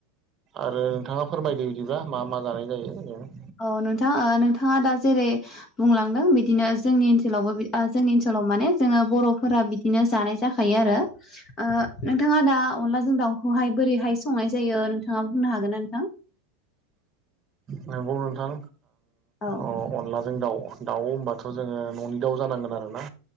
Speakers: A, on the right; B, on the left.
A: आरो नोंथाङा फोरमायदो बिदिबा मा मा जानाय जायो <inaudible>
B: औ नोंथां ओ नोंथाङा दा जेरै बुंलांदों बिदिनो जोंनि ओनसोलावबो बि जोंनि ओनसोल <inaudible> माने जोंङो बर'फोरा बिदिनो जानाय जाखायो आरो ओ नोंथाङा दा अनलाजों दाउ खौहाय बोरैहाय संनाय जायो नोंथाङा बुंनो हागोन ना नोंथां
A: नोंगौ नोंथां
B: औ
A: ओ अ' अनलाजों दाउ दाउ होमबाथ' जोङो न'नि दाउ जानांगोन आरोना